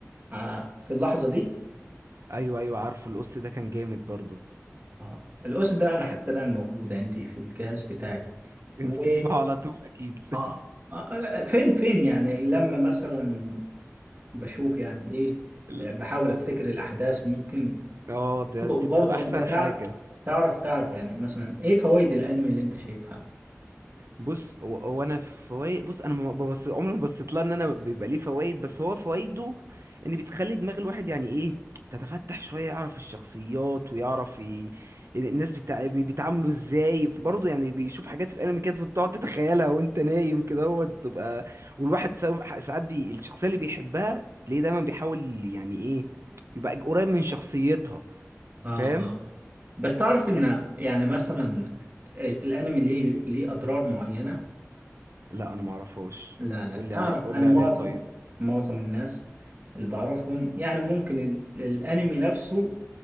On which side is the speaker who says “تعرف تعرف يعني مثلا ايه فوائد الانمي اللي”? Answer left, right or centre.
Right